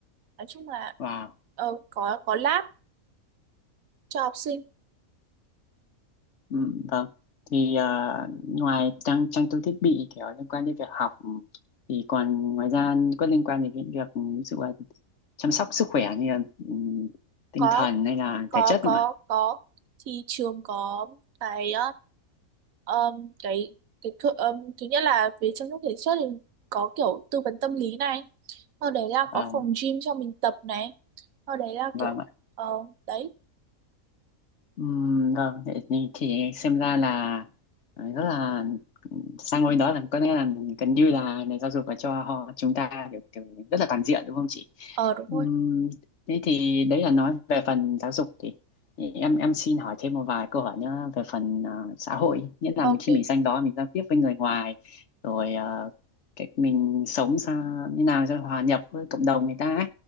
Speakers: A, on the right; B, on the left.
A: nói chung là
B: Wow.
A: ờ, có có lab cho học sinh
B: Ừ, vâng thì à, ngoài trang trang bị thiết bị kiểu liên quan đến việc học thì còn ngoài ra có liên quan đến cái việc ví dụ là chăm sóc sức khỏe như là ừ, tinh
A: có
B: thần hay là
A: có
B: thể chất
A: có
B: không ạ?
A: có thì trường có cái um, cái cái cơ- um, thứ nhất là về chăm sóc thể chất thì có kiểu tư vấn tâm lý này sau đấy là
B: Ờ,
A: có phòng gym cho mình tập này sau đấy là
B: vâng
A: kiểu
B: ạ
A: ờ đấy
B: Ừm, vâng vậy thì, thì xem ra là ờ, rất là sang ngôi đó là có nghĩa là gần như là nền giáo dục là cho họ chúng ta kiểu, kiểu rất là toàn diện đúng không chị
A: ờ đúng rồi
B: Ừm, thế thì đấy là nói về phần giáo dục thì, thì em em xin hỏi thêm một vài câu hỏi nữa về phần ờ, xã hội nghĩa là
A: ok
B: mình, khi mình sang đó mình giao tiếp với người ngoài rồi ờ, cách mình sống sao như nào cho hòa nhập với cộng đồng người ta ấy.